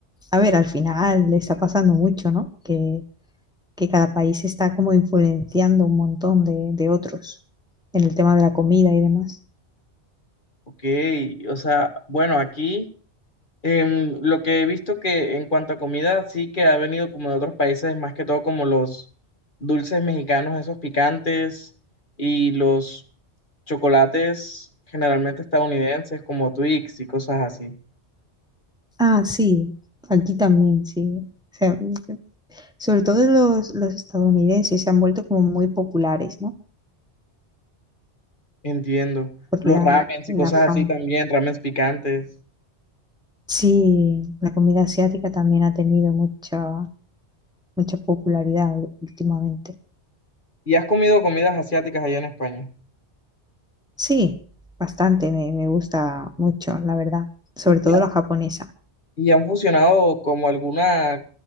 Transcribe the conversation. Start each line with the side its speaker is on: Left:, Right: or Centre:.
Centre: A ver, al final le está pasando mucho, ¿no? Que, que cada país está como influenciando un montón de, de otros en el tema de la comida y demás.
Left: Ok, o sea, bueno, aquí Em, lo que he visto que en cuanto a comida, sí que ha venido como de otros países, más que todo como los dulces mexicanos, esos picantes y los chocolates generalmente estadounidenses como Twix y cosas así.
Centre: Ah, sí, aquí también, sí. O sea, sobre todo los, los estadounidenses se han vuelto como muy populares, ¿no?
Left: Entiendo.
Centre: Por
Left: Los
Centre: la,
Left: ramens
Centre: la
Left: y cosas
Centre: fama
Left: así también, ramens picantes.
Centre: Sí, la comida asiática también ha tenido mucha, mucha popularidad ú- últimamente.
Left: ¿Y has comido comidas asiáticas allá en España?
Centre: Sí, bastante, me, me gusta mucho, la verdad, sobre todo
Left: ¿Y
Centre: la japonesa.
Left: y han fusionado como alguna